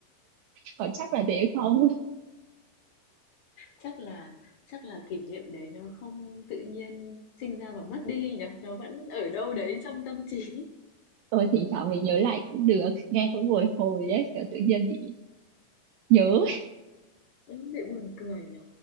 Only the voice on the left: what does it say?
chắc là chắc là kỷ niệm đấy nó không tự nhiên sinh ra và mất đi nhỉ nó vẫn ở đâu đấy trong tâm trí
<laughs> nó bị buồn cười nhỉ